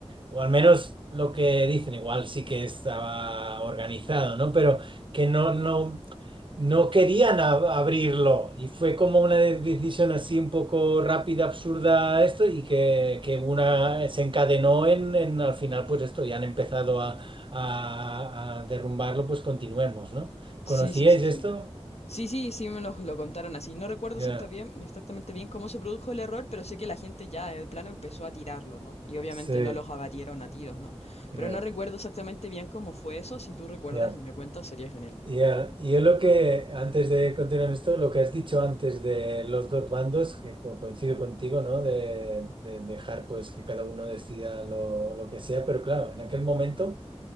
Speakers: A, on the right; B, on the left.
A: o al menos lo que dicen, igual sí que estaba organizado, ¿no? Pero que no, no, no querían ab- abrirlo y fue como una de- decisión así un poco rápida, absurda, esto, y que, que una se encadenó en, en al final, pues esto, ya han empezado a a, a derrumbarlo, pues continuemos, ¿no?
B: Sí,
A: ¿Conocíais
B: sí, sí, sí.
A: esto?
B: Sí, sí, sí, me los lo contaron así. No recuerdo
A: Ya,
B: exacta bien- exactamente bien cómo se produjo el error, pero sé que la gente ya en plano empezó a tirarlo, ¿no? Y obviamente
A: sí,
B: no los abatieron a tiros, ¿no?
A: ya,
B: Pero no recuerdo exactamente bien cómo fue eso. Si tú recuerdas
A: ya,
B: y me cuentas, sería genial.
A: ya. Y Yo lo que, antes de continuar esto, lo que has dicho antes de los dos bandos, que co- coincido contigo, ¿no? De, de dejar pues que cada uno decida lo, lo que sea, pero claro, en aquel momento...